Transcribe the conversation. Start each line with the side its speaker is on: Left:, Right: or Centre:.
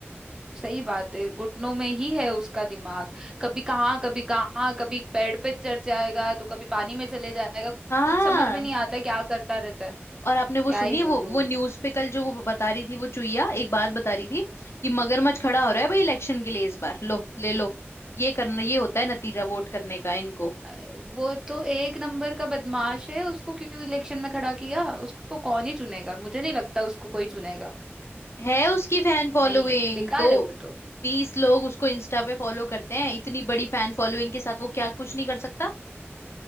Right: सही बात है घुटनों में ही है उसका दिमाग कभी कहाँ कभी कहाँ कभी पेड़ पे चढ़ जाएगा तो कभी पानी में चले जाएगा
Left: हाँ
Right: कुछ समझ में नहीं आता क्या करता रहता है
Left: और आपने वो
Right: क्या
Left: सुनी
Right: ही
Left: है,
Right: बोलूं
Left: वो वो न्यूज पे कल जो वो बता रही थी वो चुईया एक बात बता रही थी कि मगरमच्छ खड़ा हो रहा है भाई इलेक्शन के लिए इस बार लो ले लो ये करना ये होता है नतीजा वोट करने का इनको
Right: अ, वो तो एक नंबर का बदमाश है उसको क्यों इलेक्शन में खड़ा किया उसको कौन ही चुनेगा मुझे नहीं लगता उसको कोई चुनेगा
Left: है उसकी फैन फॉलोइंग
Right: नहीं बेकार
Left: दो
Right: है वो तो
Left: बीस लोग उसको इंस्टा पे फॉलो करते हैं इतनी बड़ी फैन फॉलोइंग के साथ वो क्या कुछ नहीं कर सकता